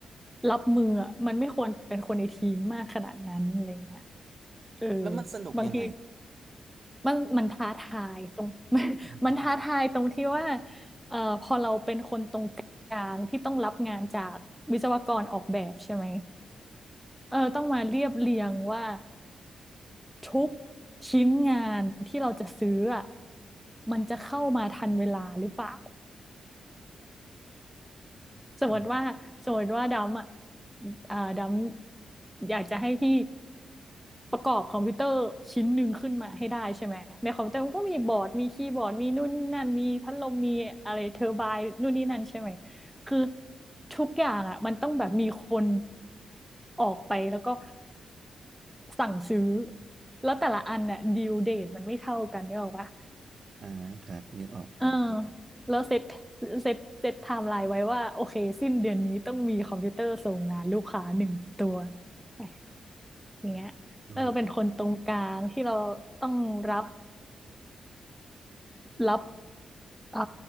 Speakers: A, in the centre; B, on the right.
A: รับมืออ่ะมันไม่ควรเป็นคนในทีมมากขนาดนั้นอะไรเงี้ยเออ
B: แล้วมันสนุกยังไง
A: บางทีมันมันท้าทายตรง <laughs> มัน
B: อ๋อ
A: <laughs> มันท้าทายตรงที่ว่าเอ่อพอเราเป็นคนตรงกลางที่ต้องรับงานจากวิศวกรออกแบบใช่ไหมเออต้องมาเรียบเรียงว่าทุกชิ้นงานที่เราจะซื้ออะมันจะเข้ามาทันเวลาหรือเปล่า สมมติว่าสมมติว่าดำอ่ะ
B: อ๋อ
A: อ่าดำอยากจะให้พี่ประกอบคอมพิวเตอร์ชิ้นหนึ่งขึ้นมาให้ได้ใช่ไหมในคอมพิวเตอร์มันก็มีบอร์ดมีคีย์บอร์ดมีนู่นนี่นั่นมีพัดลมมีอะไรเทอร์ไบน์นู่นนี่นั่นใช่ไหมคือทุกอย่างอ่ะมันต้องแบบมีคนออกไปแล้วก็สั่งซื้อแล้วแต่ละอันน่ะดิวเดทมันไม่เท่ากันเนี่ยหรอกปะ
B: อ่าครับนึกออก
A: เออแล้วเซตเซตเซตไทม์ไลน์ไว้ว่าโอเคสิ้นเดือนนี้ต้องมีคอมพิวเตอร์ส่งงานลูกค้าหนึ่งตัวแหมอย่างเงี้ยแล้วเราเป็นคนตรงกลางที่เราต้องรับ
B: อ๋อ
A: รับเอ่อ